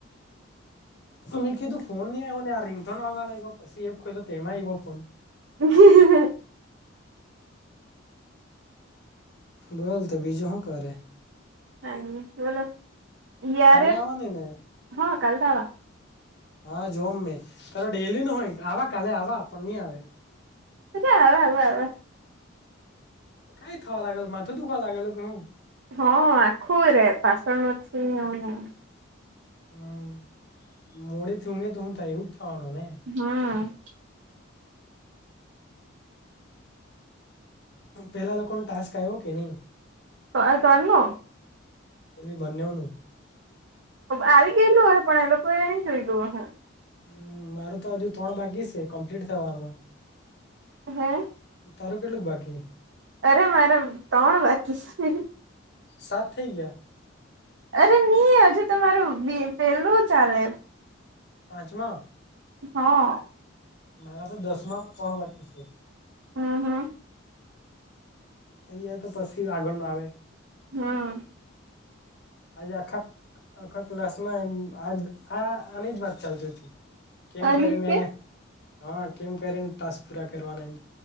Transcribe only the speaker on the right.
હ-હ-હ
<unintelligible>
<unintelligible>
હ આખું રે પાસણ નથી આવવાના.
હા.
ત તર ન <inaudible>
આવી ગયેલું હ પણ એ લોકો એ નહી જોયતુ હ.
હું.
અરે મારે તમારું બાકી હૈ.
અરે નહી હજુ તમારું પ પેલું ચાલે.
હા.
હમ્મ હમ્મ.
હમ્મ.
અનિક
કે